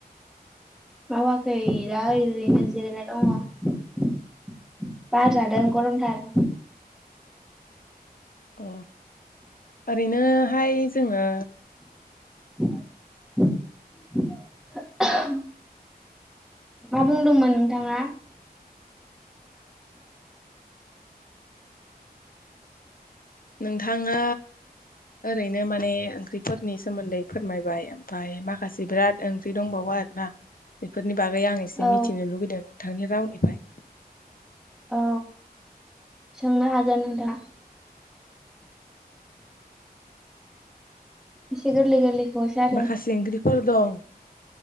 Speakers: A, in the centre; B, on the left.
A: मावाखै दा ओरैनो जिरायना दङ। बार जादों गरमथार।
B: अ ओरैनोहाय जोङो
A: <unintelligible> मा बुंदोंमोन नोंथाङा?
B: नोंथाङा ओरैनो माने ओंख्रिफोरनि सोमोन्दै फोरमायबाय ओमफ्राय माखासे बिराद ओंख्रि दंबावो आरो ना। बेफोरनि बागै आं एसे
A: औ
B: मिथिनो लुगैदों नोंथांनि रावनिफ्राय।
A: औ। सोंनो हागोन नोंथां। एसे गोरलै गोरलैखौसो आरो
B: माखासे ओंख्रिफोर दं